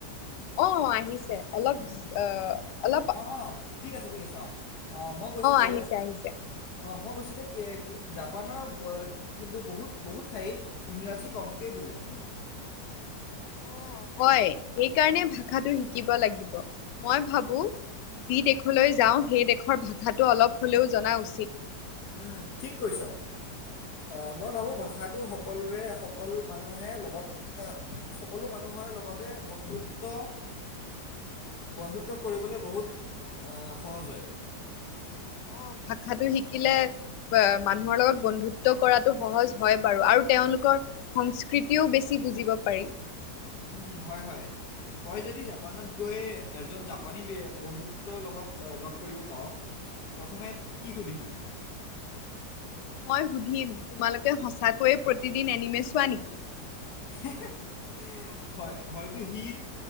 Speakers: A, on the left; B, on the left.
A: অ আহিছে অলপ অ অলপ
B: অঁ অঁ ঠিক আছে ঠিক আছে অ মই কৈছো যে
A: আহিছে আহিছে
B: অ মই কৈছো যে কি এ জাপানৰ কিন্তু বহুত বহুত ঠাইত ইংৰাজী কম তাকে বুজে
A: উম অ হয় সেইকাৰণে ভাষাটো শিকিব লাগিব মই ভাবো। যি দেশলৈ যাওঁ সেই দেশৰ ভাষাটো অলপ হলেও জনা উচিত।
B: উম ঠিক কৈছ। আহ মই ভাবো ভাষাটো সকলোৰে সকলো মানুহে লগত সকলো মানুহ লগতে বন্ধুত্ব বন্ধুত্ব কৰিবলৈ বহুত সহজ হয়।
A: অ ভাষাটো শিকিলে বা মানুহৰ লগত বন্ধুত্ব কৰাটো সহজ হয় বাৰু আৰু তেওঁ তেওঁলোকৰ সংস্কৃতিও বেছি বুজিব পাৰি।
B: উম হয় হয় তই যদি জাপানত গৈ এজন জাপানী বন্ধুত্বৰ লগত লগ কৰিব পাও প্ৰথমে কি সুধিবি।
A: <unintelligible> মই সুধিম তোমালোকে সঁচাকৈয়ে প্ৰতিদিন এনিমি চোৱা নেকি।
B: হে হে
A: <inaudible>
B: হয় হয়তো সি